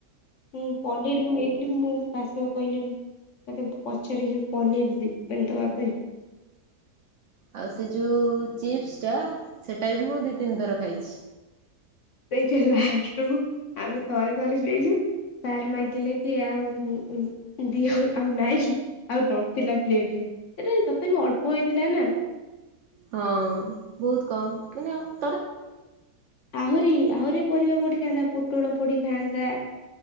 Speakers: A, on the left (about 60°); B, on the right (about 70°).
A: ହୁଁ ପନିର୍ ମୁଁ ନେଇ ନଥିଲି ମୁଁ ପାର୍ଶଲ୍ କହିଲି ମତେ ପଛରେ ଯଉ ପନିର୍ ଦି- ଦବା ପାଇଁ
B: ଆଉ ସେ ଯଉ ଚିପ୍ସ୍ ଟା ସେଟା ବି ମୁଁ ଦି ତିନି ଥର ଖାଇଚି।
A: ସେଇଟା ଲାଷ୍ଟ୍ କୁ ଆମେ ଥରେ ଥରେ ନେଇଚୁ ସାର୍ ମାଗିଲେ କି ଆଉ ଉଁ- ଉଁ ଦିଅ ଆଉ ନାହିଁ କି। ଆଉ ନଥିଲା ପ୍ଲେଟ୍ ରେ ସେଇଟା ତଥାପି ଅଳ୍ପ ହେଇଥିଲା ନା।
B: ହଁ‌ ବହୁତ୍ କମ୍ ମାନେ ଅ
A: ଆହୁରି -ଆହୁରି ପରିବା ପଡିଥାନ୍ତା ପୋଟୋଳ ପଡିଥାନ୍ତା